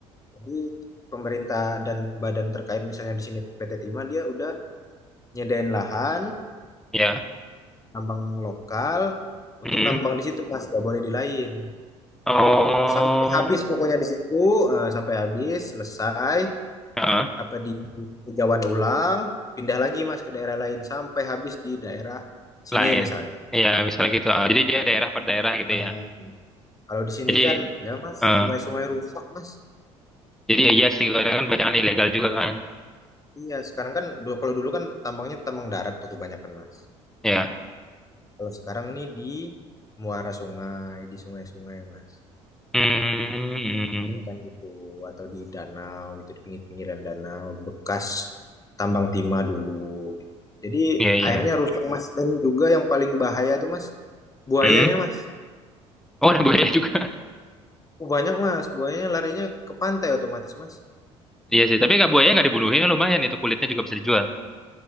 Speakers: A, on the left (about 20°); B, in the centre.
A: jadi pemerintah dan badan terkait misalnya di sini PT Timah dia udah nyediain lahan
B: Ya.
A: nambang lokal untuk
B: Hmm.
A: nambang di situ Mas, nggak boleh di lain.
B: Oh.
A: Sampai habis pokoknya di situ, eh, sampai habis selesai
B: Heeh.
A: apa di di ulang, pindah lagi Mas ke daerah lain sampai habis di daerah sini
B: Lain.
A: misalnya.
B: Iya, misalnya gitu. Ah, Jadi dia daerah per daerah gitu
A: Eh,
B: ya.
A: kalau di sini
B: Jadi,
A: kan ya Mas,
B: eh,
A: sungai-sungai rusak Mas.
B: jadi ya iya sih karena kan bacaan ilegal juga kan.
A: Iya, sekarang kan dulu kalau dulu kan tambangnya tambang darat tuh kebanyakan Mas.
B: Ya.
A: Kalau sekarang ini di muara sungai, di sungai-sungai Mas.
B: Hmm,
A: Kayaknya kan gitu atau di danau gitu di pinggir-pinggiran danau bekas tambang timah dulu gitu. Jadi
B: iya iya.
A: akhirnya rusak mas dan juga yang paling bahaya tuh mas buayanya
B: Hmm.
A: mas
B: Oh, ada buaya juga. <laughs>
A: Oh, banyak mas buayanya larinya ke pantai otomatis mas
B: Iya sih, tapi nggak buaya nggak dibunuhin kan lumayan itu kulitnya juga bisa dijual.